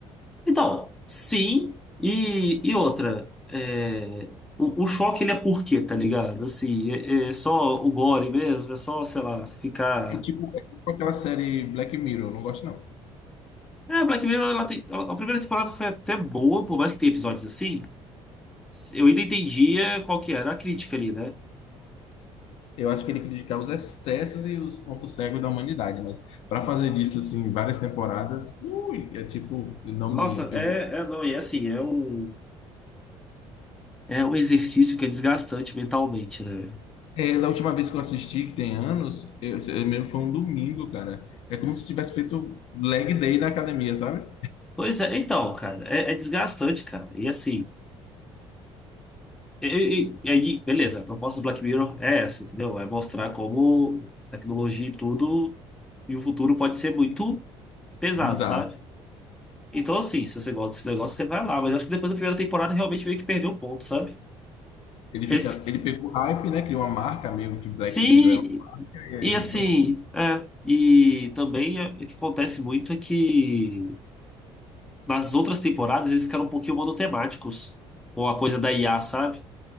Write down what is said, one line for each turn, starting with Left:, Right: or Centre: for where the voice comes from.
Centre: Então, sim, e, e outra, é, o, o choque ele é por quê, tá ligado? Assim, é, é só o gore mesmo, é só, sei lá, ficar.
Left: É tipo, é tipo aquela série Black Mirror, eu não gosto, não.
Centre: É, Black Mirror, ela tem- a a primeira temporada foi até boa, por mais que tenha episódios assim, eu ainda entendia qual que era a crítica ali, né?
Left: Eu acho que ele criticava os excessos e os pontos cegos da humanidade, mas para fazer disso assim várias temporadas, ui, é tipo, não
Centre: Nossa,
Left: me eu
Centre: é, é, não, e assim, é um, é um exercício que é desgastante mentalmente, né?
Left: é, da última vez que eu assisti, que tem anos, eu, eu mesmo foi um domingo, cara. É como se tivesse feito leg day na academia, sabe?
Centre: Pois é, então, cara, é, é desgastante, cara, e assim. E, e- e aí, beleza, a proposta do Black Mirror é essa, entendeu? Vai mostrar como tecnologia e tudo, e o futuro pode ser muito pesado,
Left: Bizarro.
Centre: sabe? Então, assim, se você gosta desse negócio, você vai lá. Mas eu acho que depois da primeira temporada realmente meio que perdeu o ponto, sabe?
Left: Ele
Centre: Eles-
Left: fica, ele pegou hype, né? Criou uma marca mesmo que Black
Centre: Sim,
Left: Mirror é única,
Centre: <laughs>
Left: e aí
Centre: e assim,
Left: pronto.
Centre: é, e também é, o que acontece muito é que nas outras temporadas eles ficaram um pouquinho monotemáticos, ou a coisa da IA, sabe?